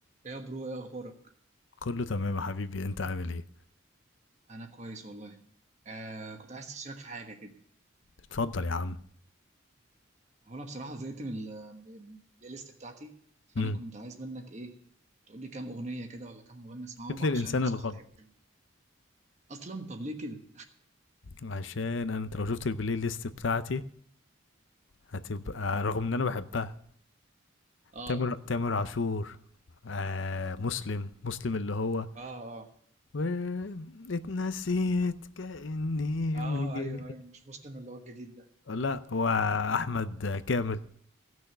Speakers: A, on the right; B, on the left.
A: يا برو ايه اخبارك
B: كله تمام يا حبيبي انت عامل ايه
A: انا كويس والله آه كنت عايز تشارك في حاجه كده
B: اتفضل يا عم
A: هو انا بصراحه زهقت من ال- من البلاي ليست بتاعتي فانا
B: امم
A: كنت عايز منك ايه تقول لي كام اغنيه كده ولا كام مغني اسمعهم
B: جيت للانسان
A: علشان انا بصراحه
B: الغلط
A: تعبت من- اصلا طب ليه كده
B: عشان انا انت لو شفت البلاي ليست بتاعتي هتبقى رغم ان انا بحبها
A: اه
B: تامر تامر عاشور آه مسلم مسلم اللي هو
A: اه اه
B: و... اتنسيت كأني
A: اه
B: ما جيت
A: ايوه ايوه مش مسلم اللي هو الجديد ده
B: لا هو احمد كامل